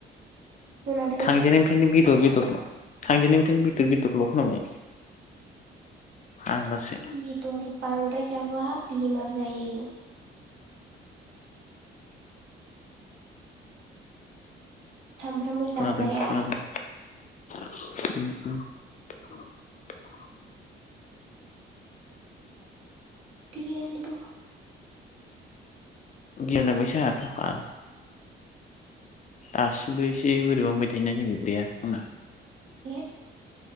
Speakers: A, on the right; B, on the left.
A: खोनादों
B: थांजेननायनिफ्रायनो बेदर बेद थांजेननायनिफ्रायनो बेदर बेदरल' खोनाबाय। फाग्लासो
A: बिदर बांद्राय जाबा बेमार जायो। सानफ्रामबो
B: खोनादों
A: जाजाया।
B: खोनादों <inaudible>
A: दे रायलायद'।
B: गिलाय लांबायसो आंहाथ' बाल। आसि <unintelligible> <unintelligible>
A: ए।